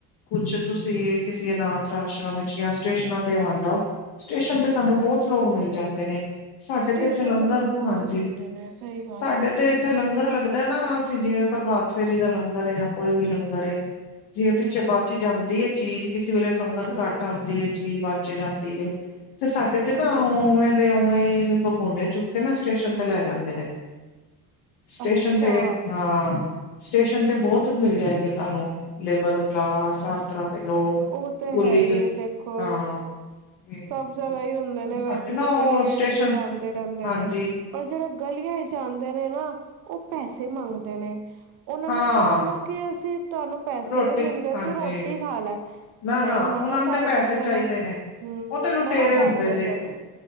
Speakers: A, on the left (about 65°); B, on the right (about 50°).
A: ਕੁਛ ਤੁਸੀਂ ਕਿਸੇ ਅਨਾਥ ਰਾਸ਼ਰਮ ਵਿੱਚ ਜਾਂ ਸਟੇਸ਼ਨਾਂ ਤੇ ਵੰਡ ਆਓ। ਸਟੇਸ਼ਨ ਤੇ ਤੁਹਾਨੂੰ ਬਹੁਤ ਲੋਕ ਮਿਲ ਜਾਂਦੇ ਨੇ। ਸਾਡੇ
B: ਸਟੇਸ਼ਨ
A: ਤੇ ਇੱਥੇ ਲੰਗਰ,
B: ਤਾਂ ਬਹੁਤ
A: ਹਾਂਜੀ
B: ਹੁੰਦੇ ਨੇ ਸਹੀ ਗੱਲ
A: ਸਾਡੇ
B: ਹੈ
A: ਤੇ ਇੱਥੇ ਲੰਗਰ ਲੱਗਦਾ ਨਾ ਅਸੀਂ ਜਿਵੇਂ ਪ੍ਰਭਾਤ ਫੇਰੀ ਦਾ ਲੰਗਰ ਜਾਂ ਕੋਈ ਵੀ ਲੰਗਰ ਏ ਜਿਵੇਂ ਪਿੱਛੇ
B: ਹਮ
A: ਬਚੀ ਜਾਂਦੀ ਹੈ ਚੀਜ਼ ਕਿਸੇ ਵੇਲੇ ਸੰਗਤ
B: ਹਮ ਹਮ
A: ਘੱਟ ਆਉਂਦੀ ਹੈ, ਚੀਜ਼ ਬਚ ਜਾਂਦੀ ਹੈ। ਤੇ ਸਾਡੇ ਤੇ
B: ਹਮ
A: ਨਾ
B: ਹਮ
A: ਉਵੇ ਦੇ ਉਵੇਂ ਹੀ ਬਗੋਨੇ ਚੁੱਕ ਕੇ ਨਾ ਸਟੇਸ਼ਨ ਤੇ ਲੈ ਜਾਂਦੇ ਨੇ। ਸਟੇਸ਼ਨ
B: ਅੱਛਾ
A: ਤੇ ਹਾਂ ਸਟੇਸ਼ਨ ਤੇ ਬਹੁਤ ਮਿਲ ਜਾਏਗੇ ਤੁਹਾਨੂੰ ਲੇਬਰ ਕਲਾਸ ਹਰ ਤਰ੍ਹਾਂ ਦੇ ਲੋਕ
B: ਉਹ ਤਾਂ
A: ਕੁਲੀ
B: ਹੈ ਹੀ ਹੈ ਦੇਖੋ
A: ਹਾਂ ਤੇ
B: ਸਭ ਜਗ੍ਹਾ ਹੀ ਹੁੰਦੇ ਨੇ
A: ਉਹ ਸਾਡੇ
B: ਵੈਸੇ
A: ਨਾ
B: ਤਾਂ
A: ਉਹ
B: ਗਲੀਆਂ
A: ਸਟੇਸ਼ਨ
B: ਚ ਵੀ ਆਉਂਦੇ ਰਹਿੰਦੇ
A: ਹਾਂਜੀ
B: ਨੇ। ਪਰ ਫਿਰ ਗਲੀਆਂ ਜਾਂਦੇ ਨੇ ਨਾ ਉਹ ਪੈਸੇ ਮੰਗਦੇ ਨੇ, ਉਹਨਾਂ
A: ਹਾਂ
B: ਨੂੰ ਕੋ ਨਾ ਕਿ ਅਸੀਂ ਤੁਹਾਨੂੰ ਪੈਸੇ
A: ਰੋਟੀ
B: ਨੀ ਦਿੰਦੇ,
A: ਹਾਂਜੀ
B: ਤੂੰ ਰੋਟੀ ਖਾ ਲੈ।
A: ਨਾ, ਨਾ
B: ਨਹੀਂ
A: ਉਹਨਾਂ
B: ਮਨਾ
A: ਨੂੰ
B: ਕਰ
A: ਤਾਂ ਪੈਸੇ
B: ਦਿੰਦੇ
A: ਚਾਹੀਦੇ ਨੇ,
B: ਹਮ
A: ਉਹ ਤੇ ਲੁਟੇਰੇ
B: ਮਨਾ ਕਰ
A: ਹੁੰਦੇ
B: ਦਿੰਦੇ
A: ਜੇ।
B: ਨੇ